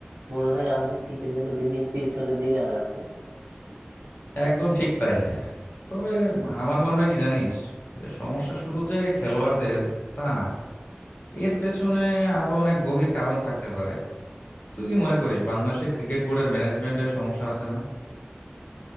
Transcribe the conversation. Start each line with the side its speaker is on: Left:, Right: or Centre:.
Right: মনে হয় আমাদের ক্রিকেট যেন দিন দিন পেছনের দিকে আগাচ্ছে
Left: একদম ঠিক তাই তবে আমার মনে হয় কি জানিস যে সমস্যা শুধু যে খেলোয়াড়দের তা না এর পেছনে আরো অনেক গভীর কারণ থাকতে পারে তুই কি মনে করিস বাংলাদেশের ক্রিকেট বোর্ডের ম্যানেজমেন্টের সমস্যা আছে না